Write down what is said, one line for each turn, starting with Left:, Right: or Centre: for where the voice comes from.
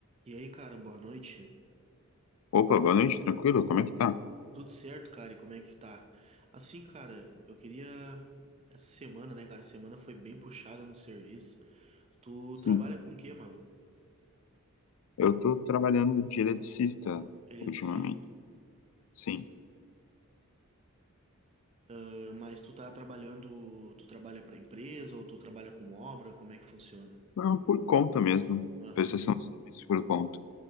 Right: E aí, cara, boa noite.
Left: Opa, boa noite, tranquilo? Como é que tá?
Right: Tudo certo, cara? E como é que tá? Assim, cara, eu queria. Essa semana, né, cara? Semana foi bem puxada no serviço. Tu
Left: Sim,
Right: trabalha com o quê, mano?
Left: eu tô trabalhando de eletricista
Right: Eletricista.
Left: ultimamente, sim.
Right: Ah, Mas tu tá trabalhando. Tu trabalha pra empresa ou tu trabalha com obra? Como é que funciona?
Left: Não, por conta mesmo,
Right: Aham,
Left: prestação de serviço por conta.